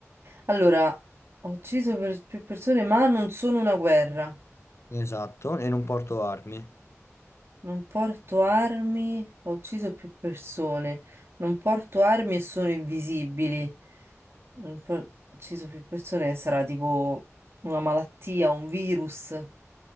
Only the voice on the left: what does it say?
Esatto, e non porto armi.